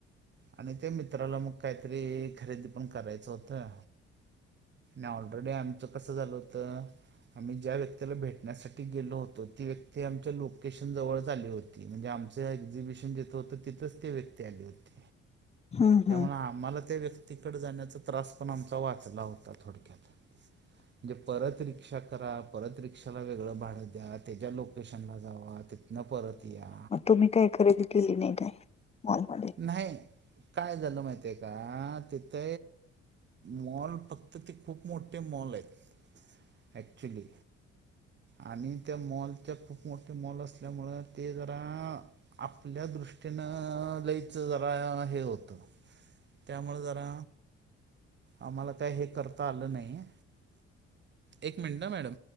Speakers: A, on the right; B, on the left.
A: आणि त्या मित्राला मग काहीतरी खरेदी पण करायचं होतं. नाही ऑलरेडी आमचं कसं झालं होतं. आम्ही ज्या व्यक्तीला भेटण्यासाठी गेलो होतो ती व्यक्ती आमच्या लोकेशन जवळच आली होती. म्हणजे आमचं एक्झिबिशन जिथं होतं तिथंच ते व्यक्ती आले होते.
B: हम्म
A: त्यामुळे
B: हम्म
A: आम्हाला त्या व्यक्तीकडे जाण्याचा त्रास पण आमचा वाचला होता थोडक्यात म्हणजे परत रिक्षा करा परत रिक्षाला वेगळं भाडं द्या त्याच्या लोकेशनला जावा. ति न परत या
B: मग तुम्ही काय खरेदी केली नाही काय मॉलमध्ये
A: नाही. काय झालं माहित आहे का तिथ मॉल फक्त ते खूप मोठ ते मॉल आहेत ऍक्च्युली आणि त्या मॉलच्या खूप मोठे मॉल असल्यामुळ ते जरा आपल्या दृष्टीनं लयचं जरा हे होतं. त्यामुळ जरा आम्हाला काय हे करता आलं नाही एक मिनट मॅडम